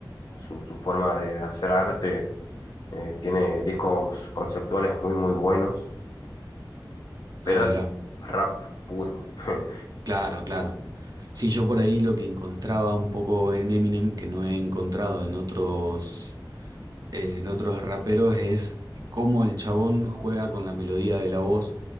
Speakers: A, on the left; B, on the right.
A: su, su forma de, de hacer arte, eh, tiene discos conceptuales muy, muy buenos. pero
B: Ah, mirá.
A: es rap puro. <laughs>
B: Claro, claro. Sí, yo por ahí lo que encontraba un poco en Eminem, que no he encontrado en otros. eh, en otros raperos es cómo el chabón juega con la melodía de la voz